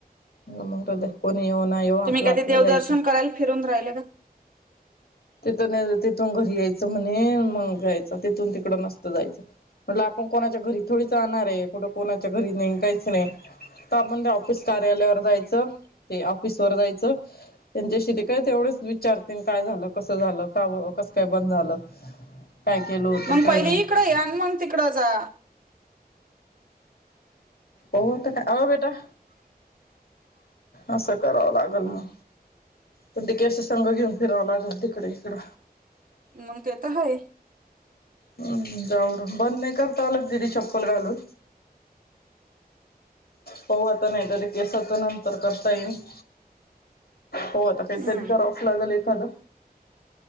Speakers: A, on the left; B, on the right.
A: मरु द्या कोणी येऊ ना येऊ आपलं
B: तुम्ही काय
A: आपलं
B: ते देवदर्शन
A: जायचं.
B: करायला फिरून राहिले का?
A: तिथ तिथून घरी यायचं म्हणे मग जायचं तिथून तिकड नसतं जायचं, म्हटलं आपण कोणाच्या घरी थोडीच जाणार आहे. कुठं कोणाच्या घरी नाही काहीच नाही तर आपण त्या ऑफिस कार्यालयावर जायचं ते ऑफिस वर जायचं त्यांच्याशी ते काय तेवढंच विचारते, काय झालं? कस झालं का कसं काय बंद झालं? काय केलो होतो
B: मग
A: काही
B: पहिले
A: नाही?
B: इकडे या आणि मग तिकडं जा.
A: हो. तर आ बेटा असं करावं लागल मग पण तिके असं संघ घेऊन फिरावं लागल तिकडे इकडं
B: मग ते तर हाय.
A: हम्म जाऊ बंद नाही करता आल दिदी चप्पल घालून. पाहू आता नाही तरी केसाच नंतर करता येईल. हो आता काहीतरी
B: हम्म.
A: करावच लागल एखादं